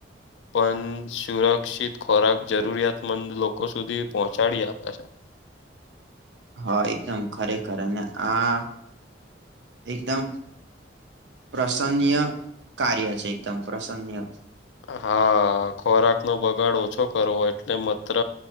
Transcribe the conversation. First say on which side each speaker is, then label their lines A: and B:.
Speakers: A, on the left; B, on the right.
A: પન સુરક્ષિત ખોરાક જરૂરિયાતમંદ લોકો સુધી પહોંચાડી આપે છે.
B: હા એકદમ ખરેખર. અને આ એકદમ પ્રસન્ન્ય કાર્ય છે. એકદમ પ્રસન્ન્ય.
A: હા ખોરાકનો બગાડ ઓછો કરવો, એટલે મત્ર